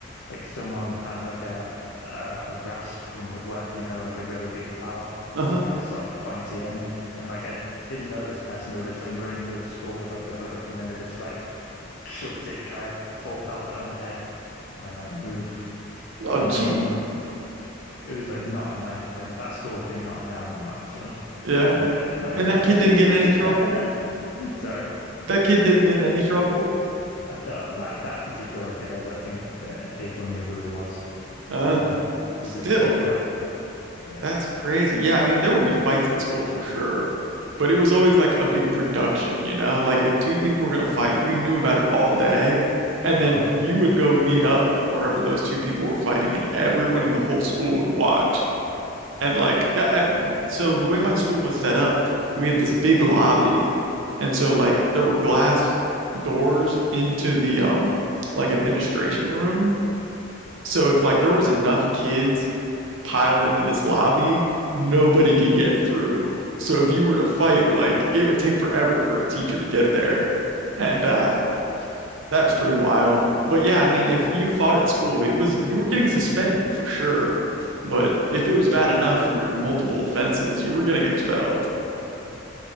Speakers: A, on the left; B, on the right.
A: like someone had like a a, a rasp from woodwork, you know, like a really big file
B: Uh-huh.
A: with like a sort of pointy end. And like I didn't know this person. They were just like running through the school with like the hood up, and then they just like chucked it, tried a full pelt at my head, and I like moved.
B: Oh,
A: Like
B: geez.
A: no, it was like not a nice place. That score was being knocked down though, actually.
B: Yeah.
A: It wasn't good. <laughs> But
B: And that kid didn't get in any trouble?
A: <laughs> so
B: That kid didn't get in any trouble?
A: I don't like that particular kid. I don't think that people knew who he was.
B: Uh,
A: Like it
B: still,
A: was just too like, yeah.
B: that's crazy. Yeah, I mean, there would be fights at school for sure. But it was always like a big production, you know? Like if two people were gonna fight, you knew about it all day, and
A: Oh,
B: then
A: really?
B: you would go meet up wherever those two people were fighting, and everyone in the whole school would watch. And like, yeah, I, so the way my school was set up, we had this big lobby. And so like there were glass doors into the um like administration room. So if like there was enough kids piled into this lobby, nobody could get through. So if you were to fight, like it would take forever for a teacher to get there. And uh that was pretty wild. But yeah, I mean, if you fought at school, it was you were getting suspended for sure. But
A: Oh.
B: if it was bad enough for your multiple offenses, you were getting expelled. <sighs>